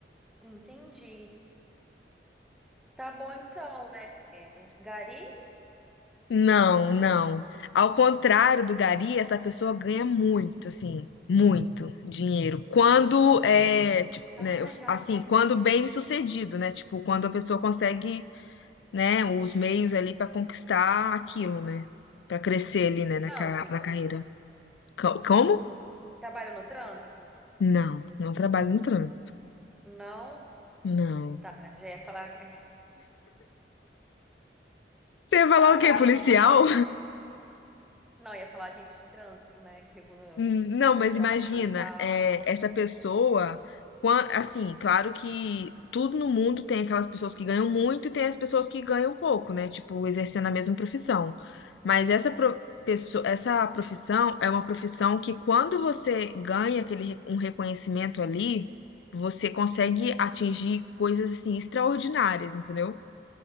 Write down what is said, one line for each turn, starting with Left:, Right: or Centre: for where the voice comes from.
Centre: Entendi. Tá bom, então. É, é, Gari?
Left: Não, não. Ao contrário do Gari, essa pessoa ganha muito, assim, muito dinheiro. Quando é, tipo,
Centre: Ah,
Left: né, eu-
Centre: já
Left: assim,
Centre: até
Left: quando
Centre: imagino.
Left: bem sucedido, né? Tipo, quando a pessoa consegue, né, os meios ali para conquistar aquilo, né? Para crescer ali, né, na,
Centre: Trânsito.
Left: ca- na carreira. Co- Como?
Centre: Trabalho no trânsito?
Left: Não, não trabalho no trânsito.
Centre: Não.
Left: Não.
Centre: Ah, Já ia falar. <laughs>
Left: Você ia falar
Centre: Tá,
Left: o
Centre: beleza,
Left: quê? Policial?
Centre: então. Não, ia falar agente de trânsito, né? Que regula,
Left: Hum,
Centre: controla
Left: Não, mas
Centre: o tráfego
Left: imagina,
Centre: e tal.
Left: é, essa pessoa, quan- assim, claro que tudo no mundo tem aquelas pessoas que ganham muito e tem as pessoas que ganham pouco, né? Tipo, exercendo a mesma profissão. Mas essa pro- pesso- essa profissão é uma profissão que quando você ganha aquele re- um reconhecimento ali, você consegue atingir coisas assim extraordinárias, entendeu?